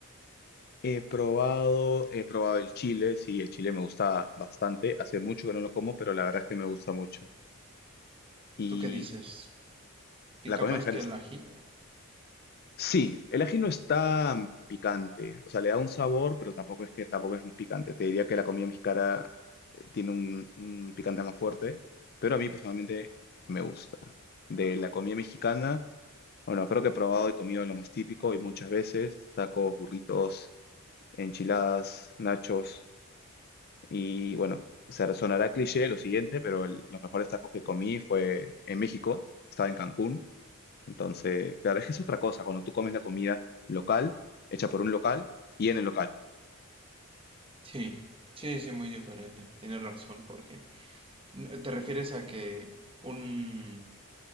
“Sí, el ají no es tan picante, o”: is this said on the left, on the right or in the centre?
Left